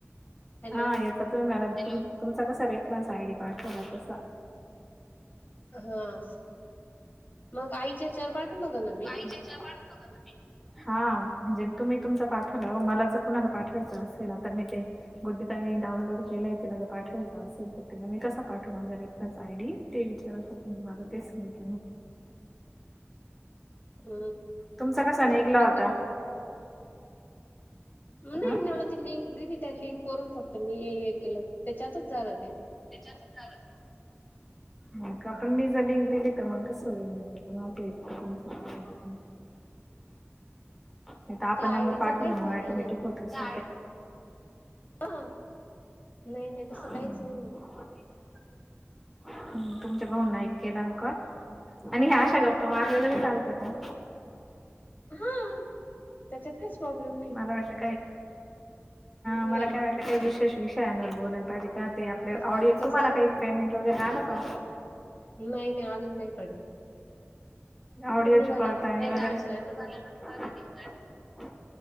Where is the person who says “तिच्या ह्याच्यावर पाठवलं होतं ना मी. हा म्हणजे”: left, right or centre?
Centre